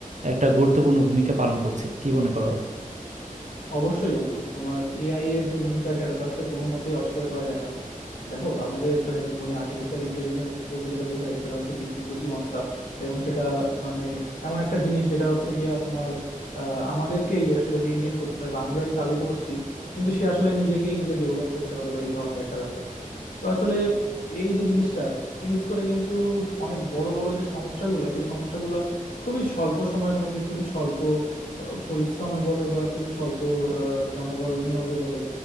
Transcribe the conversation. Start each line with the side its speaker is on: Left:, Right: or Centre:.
Right: একটা গুরুত্বপূর্ণ ভূমিকা পালন করছে কি মনে করো
Left: অবশ্যই বন্ধু তোমার এআই এর যে ভূমিকা সেটা তো আসলে কোনো মতে অস্বীকার করা যায় না দেখো আমাদের আহ, জীবনে আর্টিফিশিয়াল ইন্টেলিজেন্স বলতে যেটা বোঝায় সেটা হচ্ছে কৃত্রিম বুদ্ধিমত্তা এবং সেটা মানে এমন একটা জিনিস যেটা হচ্ছে গিয়া তোমার আহ, আমাদেরকেই আসলে মেনটেন করতে হয় বা আমরাই চালু করছি কিন্তু সে আসলে নিজেকেই নিজে ডেভেলপ করতে পারে বা এই ধরনের একটা ব্যাপার তো আসলে এই যে জিনিসটা ইউজ করে কিন্তু অনেক বড় বড় যে সমস্যাগুলো সেই সমস্যাগুলো খুবই স্বল্প সময়ের মধ্যে খুবই স্বল্প আহ, পরিশ্রমে বলো বা খুবই স্বল্প আহ, জনবল নিয়োগে বলো